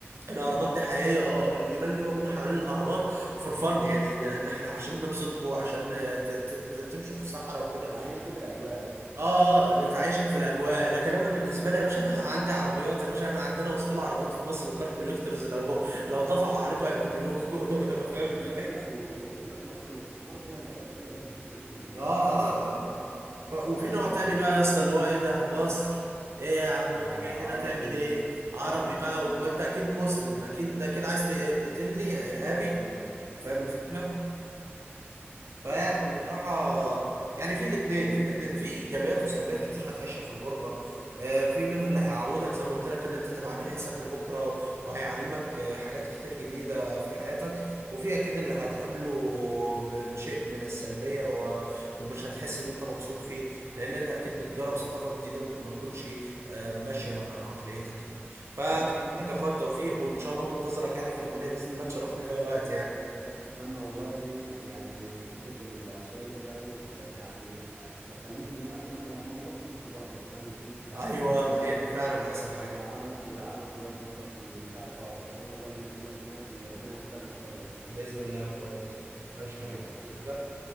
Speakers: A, on the right; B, on the right.
A: الاهرامات دي حقيقيه اه الجمال دي موجوده حوالين الاهرامات فور فن يعني ان إن احنا عشان نبسطكم عشان ت- ت- ت- تمشوا في الصحراء وكده
B: معايشكوا في الاجواء بس
A: اه اه بتعيشك في الاجواء لكن انا بالنسبه لي يا باشا انا <laughs> عندي عربيات يا باشا احنا عندنا وسط عربيات في مصر وكار كوليكتورز لو لو طفحوا عليكم هيبهدلوكوا <laughs> فاهم
B: بالظبط
A: الفكره
B: لا وف... وفكره مصر الاستثمار فيها الفتره الاخيره زاد بشكل كبير في مجال
A: اه
B: التكنولوجيا
A: اه
B: والحاجات
A: اه
B: دي
A: ف-
B: فمصر
A: وفي نوع تاني
B: مع
A: بقى يا اسطى اللي هو ايه ده مصر ايه يا عم
B: آه
A: انت جاي
B: عربي
A: هنا تعمل ايه عربي
B: عربي متخلف
A: بقى وانت اكيد مسلم اكيد ده كده عايز تق-
B: اه
A: تقتلني يا ارهابي
B: اه بالظبط
A: فاهم
B: بالظبط
A: الفكره
B: بالظبط
A: فيعني
B: و...
A: بصراحة
B: وفكره
A: يعني في الاتنين في الاتنين في ايجابيات وسلبيات كتير هتعيشها في الغربة آه، في منها اللي هيعودك زي ما قلت لك ان انت تبقى عامل حساب لبكرة و- وهيعلمك آه، حاجات كتير جديدة في حياتك وفي اكيد اللي هتقابله ب- بشيء من السلبية و- ومش هتحس ان انت مبسوط فيه لان انت اكيد بتجرب ثقافة جديدة ممكن ما تكونش آه، ماشية مع عقليتك يعني فاتمنى
B: برضو
A: لك يا اخويا التوفيق وان شاء الله منتظرك يعني في المانيا باذن الله تشرفني في اي وقت يعني
B: أت- اتمنى والله يعني حته العنصريه اللي انت قلت عليها دي هنشجع يعني خلتني ان انا اتمنى لما اروح ما اكونش لوحدي اتمنى ان يكون في ع-
A: ايوه
B: في حد معايا
A: ما هي دي فعلا احسن حاجة
B: يدعمك يدعمك ويقف جنبك ونساعد بعض فاتمنى والله ان انا اجي لك هناك وربنا يوفقنا ان شاء الله
A: باذن الله يا اخويا باذن الله ماشي يا
B: ماشي
A: حبيبي
B: يا حبيبي
A: بس حاجه